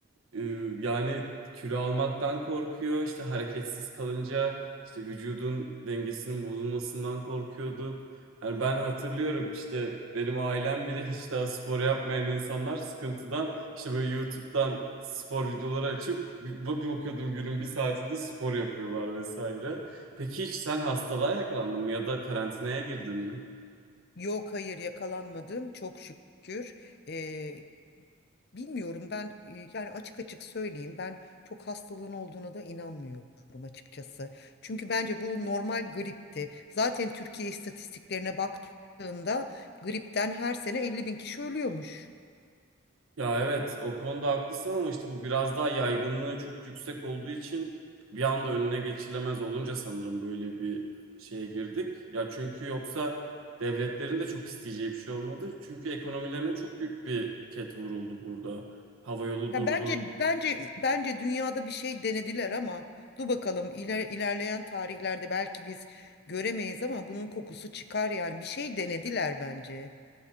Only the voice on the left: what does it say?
Yok hayır yakalanmadım çok şükür. Ee, bilmiyorum ben e, yani açık açık söyleyeyim ben çok hastalığın olduğuna da inanmıyorum açıkçası. Çünkü bence bu normal gripti. Zaten Türkiye istatistiklerine baktığımda gripten her sene 50 bin kişi ölüyormuş.
Ya
bence bence bence dünyada bir şey denediler ama dur bakalım iler, ilerleyen tarihlerde belki biz göremeyiz ama bunun kokusu çıkar yani bir şey denediler bence.